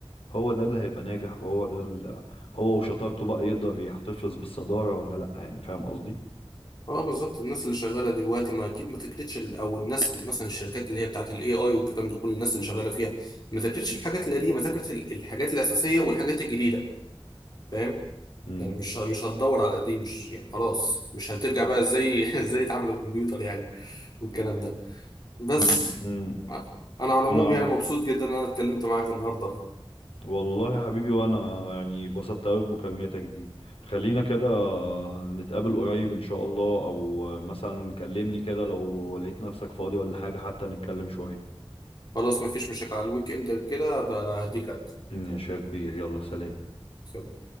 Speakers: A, on the left (about 85°); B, on the left (about 45°).
A: هو ده اللي هيبقى ناجح وهو ده اللي هو وشطارته بقى يقدر يحتفظ بالصدارة ولا لا يعني فاهم قصدي؟
B: اه بالظبط الناس اللي شغاله دلوقتي ما اكيد ما تكرتش ال- او الناس اللي مثلا الشركات اللي هي بتاعت الاي اي والكلام ده كل الناس اللي شغاله فيها ما ذاكرتش الحاجات القديمه ذاكرت ال- الحاجات الاساسيه والحاجات الجديده فاهم
A: امم
B: يعني مش ه- مش هتدور على القديم مش يعني خلاص مش هترجع بقى ازاي <laughs> ازاي اتعامل الكمبيوتر يعني والكلام ده بس
A: امم امم.
B: ع- انا على العموم
A: انا
B: يعني مبسوط جدا ان انا اتكلمت معاك النهارده
A: والله يا حبيبي وانا يعني اتبسطت قوي بمكالمتك دي خلينا كده نتقابل قريب ان شاء الله او مثلا كلمني كده لو لقيت نفسك فاضي ولا حاجة حتى نتكلم شوية
B: خلاص ما فيش مشاكل على الويك اند كده بقى هديك انت
A: ماشي يا كبير يلا سلام
B: سلام.